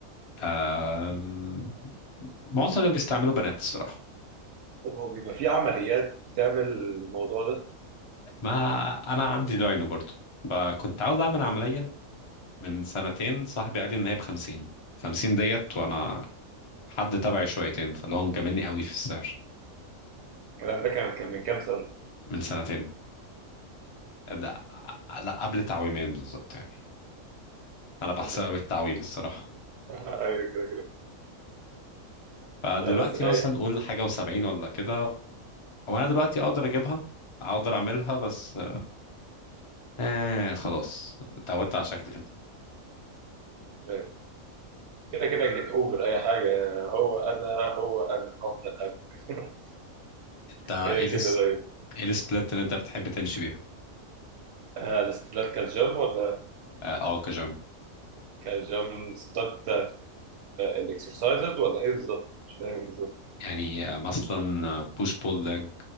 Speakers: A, on the left; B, on the right.
A: آم... معظم اللي بيستعملوا بنات الصراحة
B: طب هو بيبقى في عمليات بتعمل الموضوع ده
A: ما أنا عندي داينو برضو فكنت عاوز أعمل عملية من سنتين صاحبي قال لي ان هي بخمسين خمسين ديت وانا حد تبعي شويتين فاللي هو مجاملني قوي في السعر
B: الكلام ده كان كان من كام سنة
A: من سنتين لا لا قبل تعويمين بالظبط يعني انا بحسبها
B: تمام
A: بالتعويم الصراحة
B: <laughs> ايوه كده كده
A: فدلوقتي
B: لا بس رايق
A: مثلا قول حاجة وسبعين ولا كده وانا دلوقتي اقدر اجيبها اقدر اعملها بس آه خلاص اتعودت على شكل كده
B: رايق. كده كده نجيت اوفر اي حاجة هو انا هو انا هفضل انا <laughs>
A: انت ايه
B: هي كده
A: الس...
B: دايما
A: ايه السبلت اللي انت بتحب تمشي بيها
B: آه، الستات كانت جيم ولا
A: اه آه، كجيم
B: كانت جيم ستات الاكسرسايزز ولا ايه بالظبط مش فاهم بالظبط
A: يعني آه، مثلا بوش بول ليج